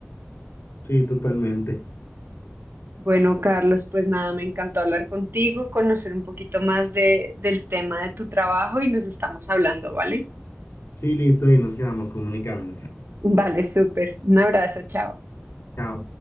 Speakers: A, on the left; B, on the right.
A: Sí, totalmente.
B: Bueno, Carlos, pues nada, me encantó hablar contigo, conocer un poquito más de, del tema de tu trabajo y nos estamos hablando, ¿vale?
A: Sí, listo, y nos quedamos comunicando.
B: Vale, súper. Un abrazo, chao.
A: Chao.